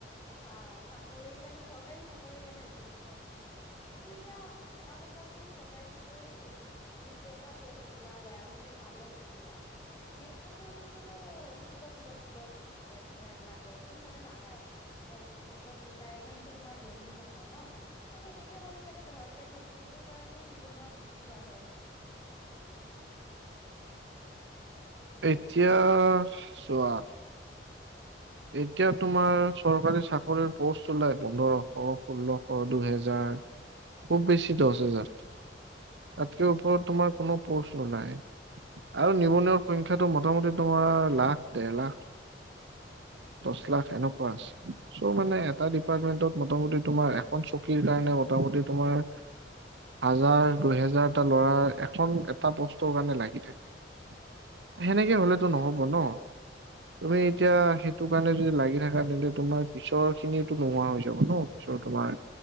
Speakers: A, on the left (about 20°); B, on the right (about 75°).
A: চা- চাকৰিৰ কাৰণে চ ৰকাৰী চাকৰিৰ কাৰণে ৰখি থাকে। কিন্তু এতিয়া এটা বছৰত যদি চৰকাৰী চাকৰি বহুত কেইটা পোষ্ট ওলালে আৰু সিহঁতে পালে যেনিবা, নেক্স বছৰটোততো সেনেকুৱা যুৱ যুৱতী থাকে যোনে লাগে, কিন্তু সিহঁতে নাপায়। এ- বিকজ ৰিটায়াৰমেন্টটো তোমাৰ জল্দি নহয় ন'। এ সেনেকে হ'লে সিহঁতে ঘৰতে থাকে, সেইটোৰ কাৰণেও নিবনুৱাটো বেছি বাঢ়ে। হেল্ল'
B: এতিয়া চোৱা এতিয়া তোমাৰ চৰকাৰী চাকৰিৰ পোষ্ট ওলায় পোন্ধৰশ, ষোল্লশ, দুহেজাৰ খুব বেছি দশ হাজাৰ। তাতকে
A: উম।
B: ওপৰত তোমাৰ কোনো পচ ওলাই আৰু নিবনুৱাৰ সংখ্যটো মোটামুটি তোমাৰ লাখ দেৰ লাখ।
A: <inaudible>
B: দচ লাখ এনেকুৱা আছে চ' মানে এটা ডিপাৰ্টমেন্টত মোটামুটি তোমাৰ এখন চকীৰ কাৰণে মটা মটামটি তোমাৰ হাজাৰ দুহেজাৰটা ল'ৰা এখন এটা পোষ্টৰ কাৰণে লাগি থাকে।
A: <inaudible>
B: সেনেকে হলেতো
A: সেইটো হয়
B: নহব ন, তুমি এতিয়া
A: উম হম
B: সেইটো কাৰণে যদি লাগি থাকা তেন্তে তোমাৰ পিছৰখিনিতো নোহোৱা হৈ যাব ন পিছৰ তোমাৰ